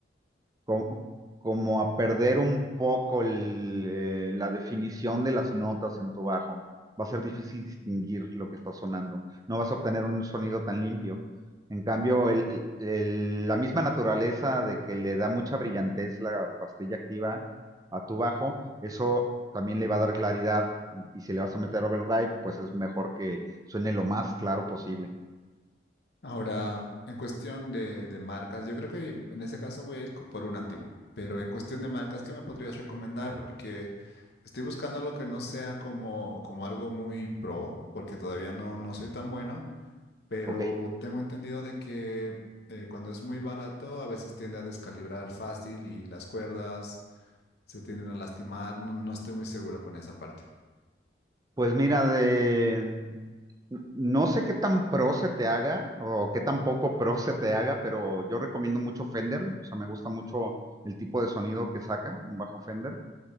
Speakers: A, on the right; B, on the left.
A: co- como a perder un poco el, eh, la definición de las notas en tu bajo. Va a ser difícil distinguir lo que está sonando. No vas a obtener un sonido tan limpio. En cambio, el- el- el- la misma naturaleza de que le da mucha brillantez la pastilla activa a tu bajo, eso también le va a dar claridad. Y si le vas a meter overdrive, pues es mejor que suene lo más claro posible.
B: Ahora, en cuestión de, de marcas, yo creo que en ese caso voy a ir co- por un activo, pero en cuestión de marcas, ¿qué me podrías recomendar? Porque estoy buscando algo que no sea como, como algo muy pro, porque todavía no, no soy tan bueno, pero
A: ¿Ok?
B: tengo entendido de que eh, cuando es muy barato a veces tiende a descalibrar fácil y las cuerdas se tienden a lastimar, no, no estoy muy seguro con esa parte.
A: Pues mira, de... No sé qué tan pro se te haga o qué tan poco pro se te haga, pero yo recomiendo mucho Fender. O sea, me gusta mucho el tipo de sonido que saca un bajo Fender.